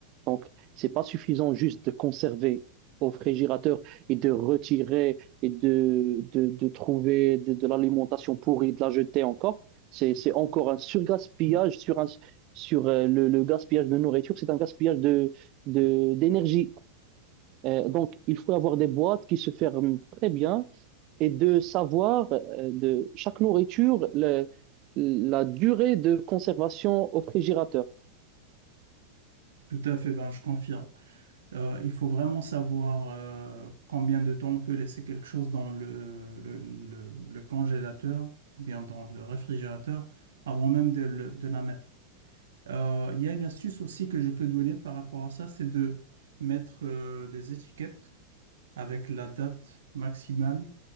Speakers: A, on the right; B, on the right.
A: Donc, c'est pas suffisant juste de conserver au frigérateur et de retirer et de, de, de trouver de, de l'alimentation pourrie, de la jeter encore. C'est, c'est encore un surgaspillage sur un, sur euh, le, le gaspillage de nourriture, c'est un gaspillage de, de, d'énergie. Euh, donc, il faut avoir des boîtes qui se ferment très bien et de savoir euh, de chaque nourriture le- la durée de conservation au frigérateur.
B: tout à fait, ben je confirme. Euh, il faut vraiment savoir euh, combien de temps on peut laisser quelque chose dans le, le, le- le congélateur, ou bien dans le réfrigérateur, avant même de, le- de la mettre. Euh, il y a une astuce aussi que je peux donner par rapport à ça, c'est de mettre euh, des étiquettes avec la date maximale